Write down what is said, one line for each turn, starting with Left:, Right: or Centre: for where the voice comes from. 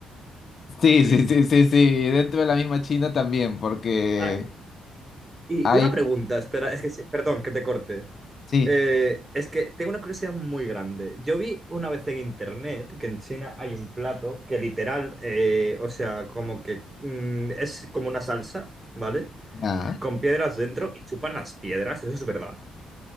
Left: Sí, <laughs> sí, sí, sí, sí. Dentro de la misma China también, porque
Right: Ah, Y
Left: hay,
Right: una pregunta, espera, es que, sí- perdón, que te corte.
Left: sí.
Right: Eh, es que tengo una curiosidad muy grande. Yo vi una vez en internet que en China hay un plato que literal, eh, o sea, como que mm, es como una salsa, ¿vale?
Left: Ah,
Right: Con piedras dentro y chupan las piedras, eso es verdad.